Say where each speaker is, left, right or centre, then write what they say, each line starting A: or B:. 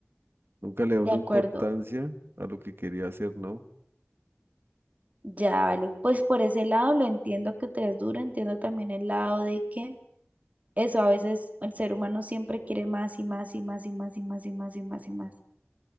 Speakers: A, on the right (about 65°); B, on the right (about 40°).
A: nunca le
B: De
A: da una
B: acuerdo.
A: importancia a lo que quería hacer, ¿no?
B: Ya, vale. Pues por ese lado lo entiendo que te es duro, entiendo también el lado de que eso a veces el ser humano siempre quiere más y más y más y más y más y más y más y más.